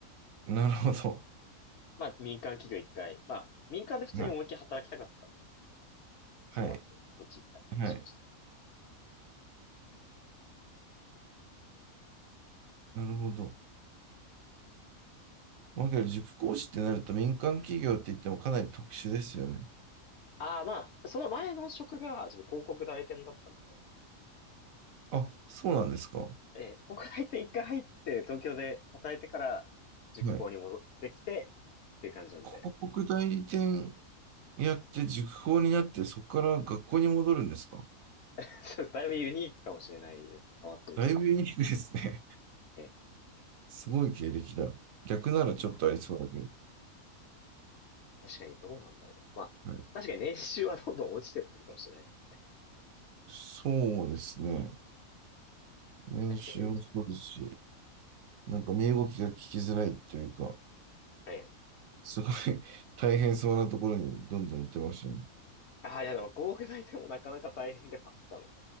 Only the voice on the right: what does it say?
なるほど。
はい。
はい。
はい。なるほど。まあ、けど塾講師ってなると民間企業って言ってもかなり特殊ですよね。
あ、そうなんですか。は
い。
広告代理店やって塾講になって、そこから学校に戻るんですか
だいぶユニークですね。
<laughs> すごい経歴だ。逆ならちょっとありそうだけど。
はい、
そうですね。年収もそうですし、
なんか身動きが聞きづらいというか、
すごい <laughs> 大変そうなところにどんどん行ってましたね。